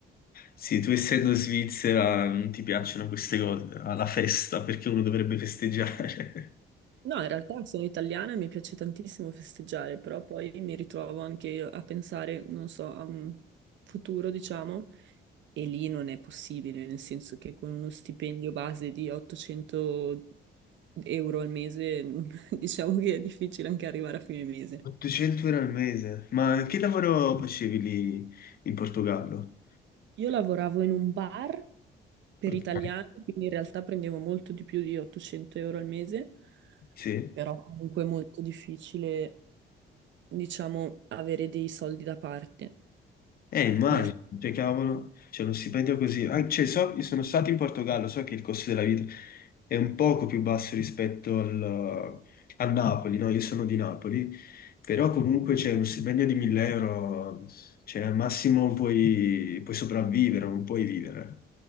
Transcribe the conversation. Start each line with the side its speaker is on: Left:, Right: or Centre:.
Left: Sì, tu essendo in Svizzera non ti piacciono queste cose, alla festa, perché uno dovrebbe festeggiare.
Right: No, in realtà sono italiana e mi piace tantissimo festeggiare, però poi mi ritrovo anche io a pensare, non so, a un futuro, diciamo, e lì non è possibile, nel senso che con uno stipendio base di 800 euro al mese, <laughs> diciamo che è difficile anche arrivare a fine
Left: <laughs>
Right: mese.
Left: 800 euro al mese, ma che lavoro facevi lì in Portogallo?
Right: Io lavoravo in un bar per
Left: Ok.
Right: italiani, quindi in realtà prendevo molto di più di 800 euro al mese,
Left: Sì?
Right: però comunque è molto difficile, diciamo, avere dei soldi da parte.
Left: Eh, immagino,
Right: Nel
Left: cioè, cavolo, c'è uno stipendio così. Ah, cioè, so- io sono stato in Portogallo, so che il costo della vita è un poco più basso rispetto al- a Napoli, no? Io sono di Napoli, però comunque c'è uno stipendio di 1000 euro, cioè, al massimo puoi, puoi sopravvivere, non puoi vivere.